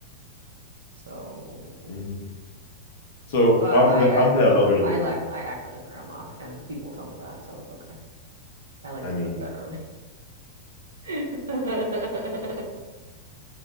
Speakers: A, on the right; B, on the left.
A: So,
B: Mm. So
A: but
B: I'm
A: I
B: the
A: act
B: I'm the
A: like a
B: elderly
A: gr I
B: man.
A: lack I act like a grandma and people tell me that, so it's okay. I like
B: I
A: to
B: mean,
A: go to bed early. <laughs>